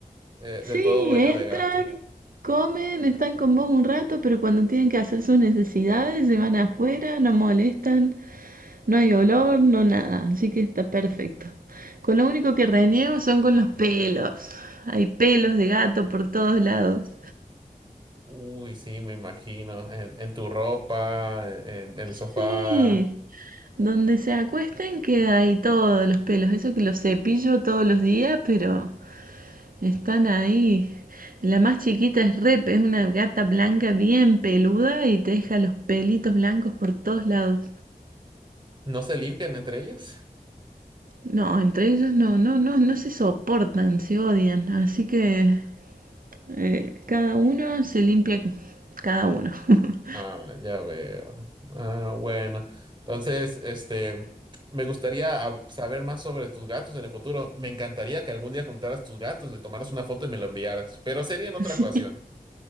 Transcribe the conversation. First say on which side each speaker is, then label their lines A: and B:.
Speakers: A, on the right (about 30°); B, on the right (about 70°).
A: eh,
B: Sí,
A: de todo dueño
B: entran,
A: de gato.
B: comen, están con vos un rato, pero cuando tienen que hacer sus necesidades se van afuera, no molestan, no hay olor, no nada, así que está perfecto. Con lo único que reniego son con los pelos. Hay pelos de gato por todos lados.
A: Uy, sí, me imagino. En, en tu ropa, en, en el
B: Sí,
A: sofá.
B: donde se acuesten queda ahí todos los pelos, eso que los cepillo todos los días, pero Están ahí. La más chiquita es Rep, es una gata blanca bien peluda y te deja los pelitos blancos por todos lados.
A: ¿No se limpian entre ellos?
B: No, entre ellos no, no, no, no se soportan, se odian. Así que eh, cada uno se limpia cada uno. <laughs>
A: Ah, ya veo. Ah, bueno. Entonces, este, me gustaría hab- saber más sobre tus gatos en el futuro. Me encantaría que algún día juntaras tus gatos, le tomaras una foto y me lo enviaras, pero sería en otra
B: Sí,
A: ocasión.